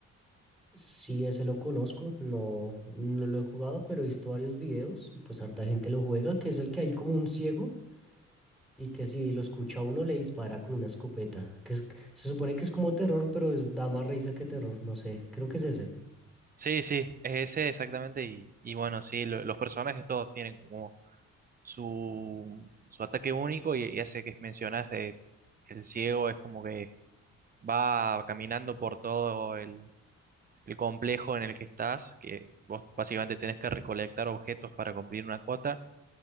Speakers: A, in the centre; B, on the right.
A: Sí, ese lo conozco, no, no lo he jugado, pero he visto varios videos y pues harta gente lo juega, que es el que hay como un ciego Y que si lo escucha uno le dispara con una escopeta. Que es- se supone que es como terror, pero es, da más risa que terror. No sé, creo que es ese.
B: Sí, sí, es ese exactamente. Y, y bueno, sí, lo- los personajes todos tienen como su, su ataque único y, y ese que mencionás de el ciego es como que va caminando por todo el, el complejo en el que estás, que vos básicamente tenés que recolectar objetos para cumplir una cuota.